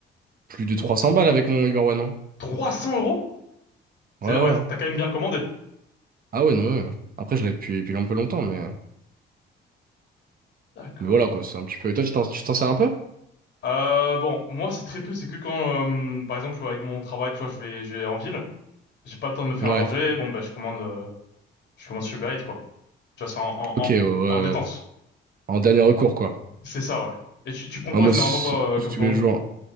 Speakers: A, on the right (about 45°); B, on the left (about 65°).
A: plus de 300 balles avec mon Uber One. hein.
B: 300 euros? C'est-à-dire,
A: Ouais, ouais.
B: ouais,
A: hein.
B: t'as quand même bien commandé.
A: Ah ouais, non, mais. euh, Après, je l'ai depuis, depuis un peu longtemps, mais.
B: D'accord.
A: Mais voilà, quoi, c'est un petit peu. Et toi, tu t'en tu t'en sers un peu?
B: Euh, bon, moi, c'est très peu, c'est que quand, euh, par exemple, avec mon travail, tu vois, je vais, je vais en ville, j'ai pas le temps de me faire
A: Ouais.
B: à manger, bon, bah, je commande, euh, je commande sur Uber Eats, quoi. Tu vois, c'est en, en,
A: Ok, euh,
B: en, en détente.
A: en dernier recours, quoi.
B: C'est ça, ouais. Et tu, tu prends quoi
A: Ah, moi,
B: généralement
A: c'est
B: toi euh,
A: plus
B: comme
A: tous
B: commande?
A: les jours.